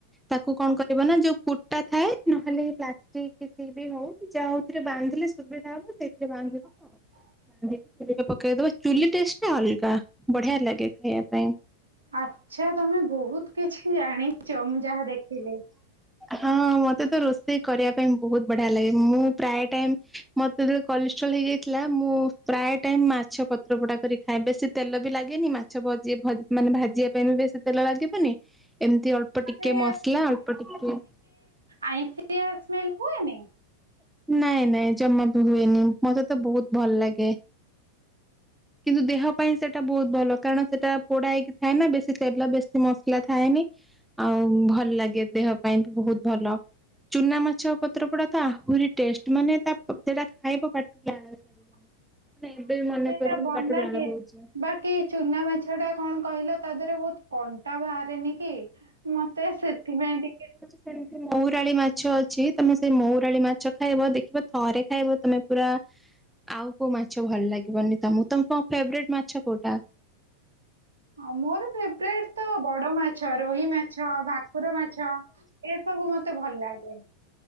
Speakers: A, in the centre; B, on the right.
A: ତାକୁ କଣ କରିବ ନା ଯୋଉ କୁଟା ଥାଏ ନହେଲେ ପ୍ଲାଷ୍ଟିକ କିଛି ବି ହଉ ଯାହାଉଥିରେ ବାନ୍ଧିଲେ ସୁବିଧା ହବ ସେଥିରେ ବାନ୍ଧି
B: <inaudible>
A: ବାନ୍ଧିକି ଚୁଲିରେ ପକେଇଦବ, ଚୁଲି ଟେଷ୍ଟଟା ଅଲଗା ବଢିଆ ଲାଗେ ଖାଇବା ପାଇଁ।
B: ଆଚ୍ଛା ତମେ ବହୁତ କିଛି ଜାଣିଛ ମୁଁ ଯାହା ଦେଖିଲି।
A: ହଁ ମତେ ତ ରୋଷେଇ କରିବା ପାଇଁ ବହୁତ ବଢିଆ ଲାଗେ ମୁଁ ପ୍ରାୟ ଟାଇମ୍ ମତେ ଯେତେବେଳେ କଲେଷ୍ଟ୍ରଲ୍ ହେଇଯାଇଥିଲା ମୁଁ ପ୍ରାୟ ଟାଇମ୍ ମାଛ ପତ୍ର ପୋଡା କରି ଖାଏ ବେଶୀ ତେଲ ବି ଲାଗେନି ମାଛ ଭଜି ମାନେ ଭାଜିବା ପାଇଁ ବି ବେଶୀ ତେଲ ଲାଗିବନି। ଏମିତି ଅଳ୍ ଅଳ୍ପ
B: ମାନେ
A: ଟିକେ ମସଲା ଅଳ୍ପ ଟିକେ
B: ଆଇଁଷିଆ ସ୍ମେଲ ହୁଏନି
A: ନାଇଁ-ନାଇଁ ଜମା ବି ହୁଏନି ମତେ ତ ବହୁତ ଭଲ ଲାଗେ। କିନ୍ତୁ ଦେହ ପାଇଁ ସେଟା ବହୁତ ଭଲ କାରଣ ସେଟା ପୋଡା ହେଇକି ଥାଏ ନା ବେଶୀ ତେଲ ବେଶୀ ମସଲା ଥାଏନି। ଆଉ ଭଲ ଲାଗେ ଦେହ ପାଇଁ ବି ବହୁତ ଭଲ। ଚୁନା ମାଛ ପତ୍ର ପୋଡା ତ ଆହୁରି ଟେଷ୍ଟ ମାନେ ତା ସେଟା ଖାଇବ ପାଟିରୁ ଲାଳ
B: <inaudible>
A: ଛାଡିବନି ମାନେ ଏବେ ମନେ ପଡିଲେ
B: ସେଟା ଭଲ
A: ପାଟିରୁ
B: ଲାଗେ।
A: ଲାଳ ବୋହୁଛି
B: ବାକି ଚୁନା ମାଛଟା କଣ କହିଲ ତା ଦେହରେ ବହୁତ କଣ୍ଟା ବାହାରେନି କି? ମତେ ସେଥିପାଇଁ ଟିକେ
A: ଯେମିତି ମହୁରାଳି ମାଛ ଅଛି ତମେ ସେଇ ମହୁରାଳି ମାଛ ଖାଇବ ଦେଖିବ ଥରେ ଖାଇବ ତମେ ପୁରା ଆଉ କୋଉ ମାଛ ଭଲ ଲାଗିବନି ତମକୁ ତମ ଫେବରାଇଟ୍ ମାଛ କୋଉଟା?
B: ହଁ ମୋର ଫେବରାଇଟ୍ ତ ବଡ ମାଛ ରୋହି ମାଛ। ଭାକୁର ମାଛ ଏ ସବୁ ମତେ ଭଲ ଲାଗେ।